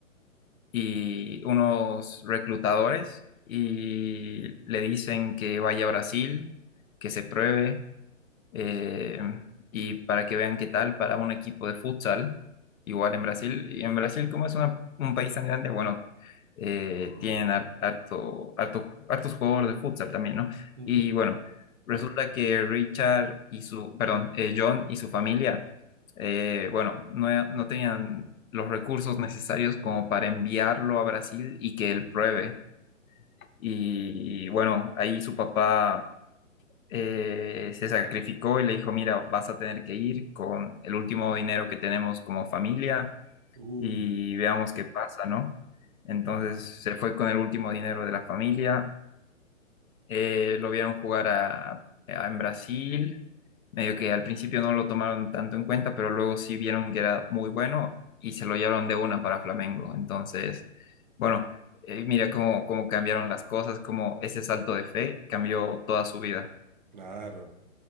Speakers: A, on the left; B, on the right.
A: y unos reclutadores y le dicen que vaya a Brasil, que se pruebe eh, y para que vean qué tal para un equipo de futsal, igual en Brasil. Y en Brasil, como es una- un país tan grande, bueno, eh, tienen har- harto, harto- hartos jugadores de futsal también, ¿no?
B: ujú.
A: Y bueno, resulta que Richard y su, perdón, eh, John y su familia, eh, bueno, no, no tenían los recursos necesarios como para enviarlo a Brasil y que él pruebe. Y bueno, ahí su papá eh, se sacrificó y le dijo, mira, vas a tener que ir con el último dinero que tenemos como familia
B: Uy,
A: y veamos qué pasa, ¿no? Entonces se fue con el último dinero de la familia, eh, lo vieron jugar a, a- en Brasil, medio que al principio no lo tomaron tanto en cuenta, pero luego sí vieron que era muy bueno y se lo llevaron de una para Flamengo. Entonces, bueno. eh, Mira cómo, cómo cambiaron las cosas, cómo ese salto de fe cambió toda su vida.
B: claro,